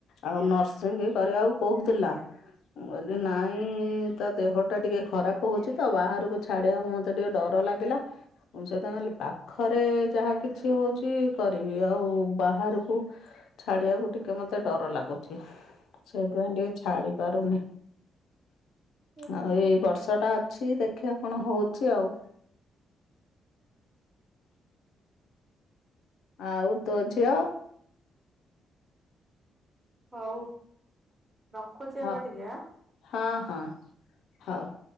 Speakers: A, on the left; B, on the right.
A: ଆଉ ନର୍ସିଂ କରିବାକୁ କହୁଥିଲା। ମୁ କହିଲି ନାଇଁ ଉୁଁ ତା ଦେହ ଟା ଟିକେ ଖରାପ ହଉଛି ତ, ବାହାରକୁ ଛାଡିବାକୁ ମତେ ଟିକେ ଡର ଲାଗିଲା। ମୁଁ ସେଇଥି ପାଇଁ କହିଲି ପାଖରେ ଯାହା କିଛି ହଉଛି କରିବି। ଆଉ ବାହାରକୁ ଛାଡ଼ିବାକୁ ଟିକେ ମୋତେ ଡର ଲାଗୁଛି। ସେଇଥିପାଇଁ ଟିକେ ଛାଡି ପାରୁନି।
B: ହୁଁ।
A: ଆଉ ଏଇ ବର୍ଷଟା ଅଛି ଦେଖିବା କଣ ହଉଛି ଆଉ। ଆଉ ତୋ ଝିଅ?
B: ହଉ ରଖୁଚି
A: ହଁ
B: ଏବେ ଟିକେ ଆଁ।
A: ହଁ ହଁ ହୋଉ।